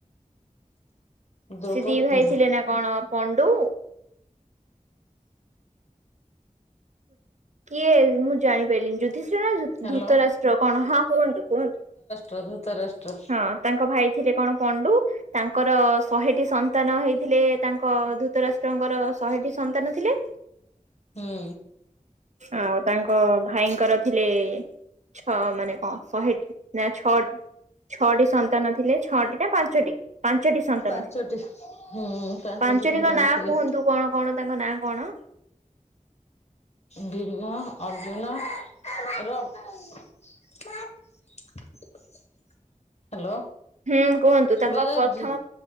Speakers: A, on the left; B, on the right.
A: ଦ୍ରୌପଦୀ
B: ସେ ଦି ଭାଇ ଥିଲେ ନା କଣ ପଣ୍ଡୁ କିଏ ମୁଁ ଜାଣିପାରିଲିନି ଯୁଧିଷ୍ ନା
A: ହ୍ୟାଲୋ
B: ଧୃତରାଷ୍ଟ୍ର କଣ ହଁ କୁହନ୍ତୁ କୁହନ୍ତୁ।
A: ପ୍ରଦୂତ ରାଷ୍ଟ୍ର
B: ହ ତାଙ୍କ ଭାଇ ଥିଲେ କଣ ପଣ୍ଡୁ? ତାଙ୍କର ଶହେଟି ସନ୍ତାନ ହେଇଥିଲେ ତାଙ୍କ ଧୂତ ରାଷ୍ଟ୍ରଙ୍କର ଶହେଟି ସନ୍ତାନ ଥିଲେ।
A: ହୁଁ
B: ଆଉ ତାଙ୍କ ଭାଇଙ୍କର ଥିଲେ ଛଅ ମାନେ କଣ ଶହେଟି ନା ଛଅ? ଛଅଟି ସନ୍ତାନ ଥିଲେ ଛଅଟି ନା ପାଞ୍ଚଟି? ପାଞ୍ଚଟି ସନ୍ତାନ
A: ପାଞ୍ଚଟି
B: ଥିଲେ
A: ହୁଁ ପାଞ୍ଚଟି
B: ପାଞ୍ଚଟିଙ୍କ
A: ସନ୍ତାନ
B: ନାଁ
A: ଥିଲେ
B: କୁହନ୍ତୁ କଣ କଣ ତାଙ୍କ ନାଁ କଣ?
A: ଭୀମ ଅର୍ଜୁନ ର ହ୍ୟାଲୋ
B: ହୁଁ କୁହନ୍ତୁ
A: ଶୁଭା
B: ତାଙ୍କ
A: ଯାଉଛି
B: ପ୍ରଥମ